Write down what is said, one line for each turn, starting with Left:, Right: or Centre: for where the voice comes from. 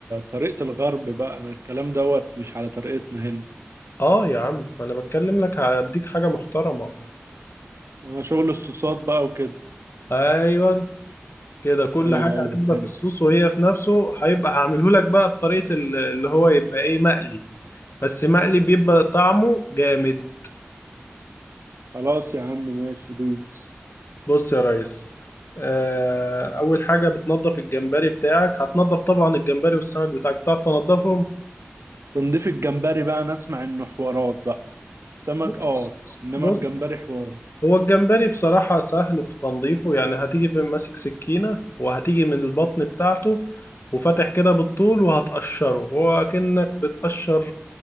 Right: طريقة الغرب بقى انا الكلام دوت مش على طريقتنا هنا
Left: اه يا عم ما انا بتكلم لك هديك حاجة محترمة
Right: انا شغل الصوصات بقى وكده
Left: ايوه كده كل
Right: ايوه
Left: حاجة
Right: ايوه
Left: هتبقى
Right: فهمت
Left: في الصوص وهي في نفسه هيبقى هعمله لك بقى بطريقة ال- اللي هو يبقى ايه مقلي بس مقلي بيبقى طعمه جامد
Right: خلاص يا عم ماشي دوس
Left: بص يا ريس آه، أول حاجة بتنضف الجمبري بتاعك هتنضف طبعا الجمبري والسمك بتاعك بتعرف تنضفهم
Right: تنضيف الجمبري بقى انا اسمع انه حوارات بقى السمك
Left: بص
Right: اه انما
Left: بص
Right: الجمبري حوار
Left: هو الجمبري بصراحة سهل في تنظيفه يعني هتيجي ماسك سكينة وهتيجي من البطن بتاعته وفاتح كده بالطول وهتقشره هو كأنك بتقشر